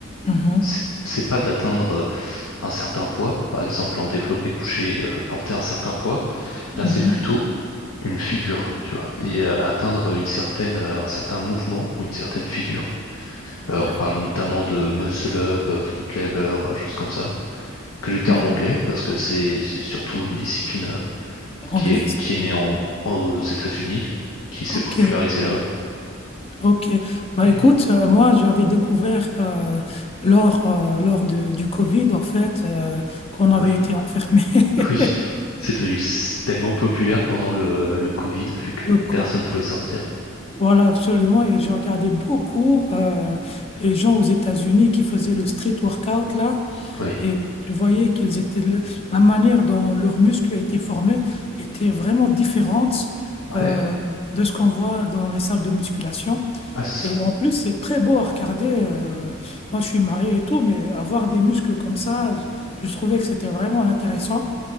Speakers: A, on the left (about 30°); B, on the left (about 85°).
A: Mhm,
B: c'est c'est pas d'atteindre euh, un certain poids, par exemple en développé couché, euh, porter un certain poids.
A: mhm.
B: Là, c'est plutôt une figure, tu vois, et euh, atteindre une certaine, euh, un certain mouvement ou une certaine figure. Euh,
A: D'accord.
B: on parle notamment de muscle up, euh, front lever, euh, choses comme ça, que le terme
A: D'accord.
B: anglais parce que c'est c'est surtout une discipline euh,
A: Anglaise?
B: qui est qui est née en, en- aux États-Unis, qui s'est
A: Ok.
B: popularisée là-bas.
A: Ok, bah
B: Et
A: écoute,
B: euh,
A: euh, moi j'avais découvert euh, lors, euh, lors de- du Covid en fait euh, qu'on avait
B: oui,
A: été enfermé. <laughs>
B: <laughs> oui, c'est devenu s- tellement populaire pendant le le Covid vu que
A: Le co-
B: personne pouvait sortir.
A: Voilà, absolument. Et je regardais beaucoup euh, les gens aux États-Unis qui faisaient le street workout là.
B: Oui.
A: Et je voyais qu'ils étaient, le- la manière dont leurs muscles étaient formés était vraiment différente
B: Ouais,
A: euh, de ce qu'on voit dans les salles de musculation.
B: ouais, c'est
A: Et
B: ça.
A: en plus, c'est très beau à regarder. euh, moi, je suis marié et tout, mais avoir des muscles comme ça, je trouvais que c'était vraiment intéressant.